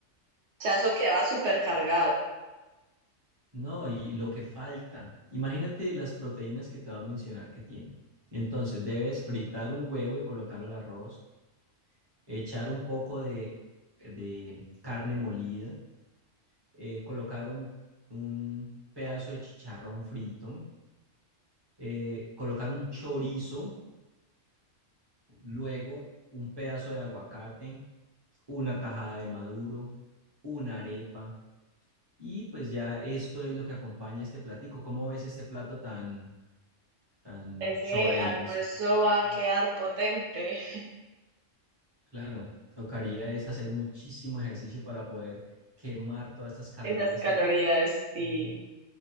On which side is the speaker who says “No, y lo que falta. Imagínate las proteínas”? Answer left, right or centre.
Right